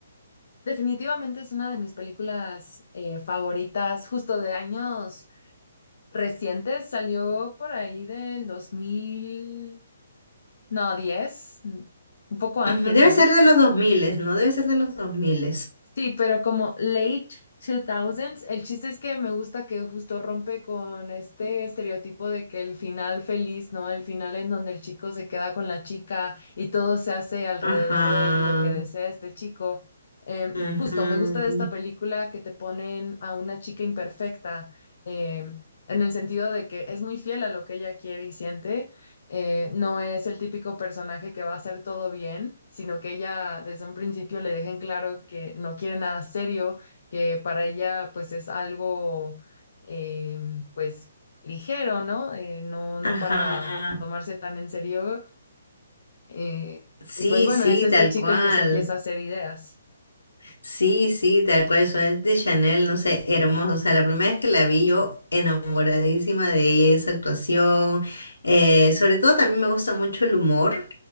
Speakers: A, on the left; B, on the left.
A: Definitivamente es una de mis películas eh, favoritas, justo de años recientes. Salió por ahí del 2000, no, 10, un poco antes,
B: Ujú, Debe
A: ¿no?
B: ser de los 2000, ¿no? Debe ser de los 2000.
A: Sí, pero como late 2000s, el chiste es que me gusta que justo rompe con este estereotipo de que el final feliz, ¿no? El final en donde el chico se queda con la chica y todo se hace alrededor
B: Ajá.
A: de lo que desea este chico. Em,
B: ujú,
A: justo, me gusta de esta película que te ponen a una chica imperfecta, em, en el sentido de que es muy fiel a lo que ella quiere y siente eh, no es el típico personaje que va a hacer todo bien, sino que ella desde un principio le dejen claro que no quiere nada serio, que para ella pues es algo eh, pues ligero, ¿no? Eh, no, no
B: Ajá.
A: para tomarse tan en serio. eh,
B: Sí,
A: y pues bueno,
B: sí,
A: es este
B: tal
A: chico
B: cual.
A: el que se empieza a hacer ideas.
B: Sí, sí, tal cual, Suárez de Chanel, no sé, hermoso. O sea, la primera vez que la vi yo enamoradísima de ella, de esa actuación. Eh, sobre todo también me gusta mucho el humor